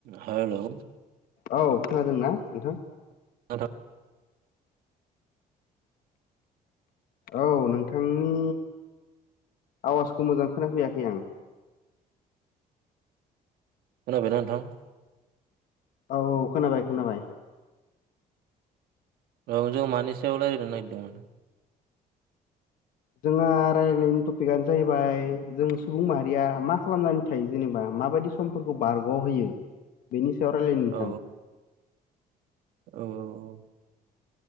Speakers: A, on the right; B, on the left.
A: हेलौ।
B: औ खोनादों ना नोंथां?
A: <unintelligible>
B: औ, नोंथांनि आवाजखौ मोजां खोनाफैयाखै आं।
A: खोनाबायना नोंथां?
B: औ- औ, खोनाबाय- खोनाबाय।
A: औ, जों मानि सायाव रायज्लायनो नागिरदोंमोन?
B: जोंहा रायलायनायनि टपिकआनो जाहैबाय, जों सुबुं माहारिया मा खालामनानै थायो जेनेबा माबायदि समफोरखौ बारग'होयो बेनि सायाव रायलायनि नोंथां।
A: औ औ -औ।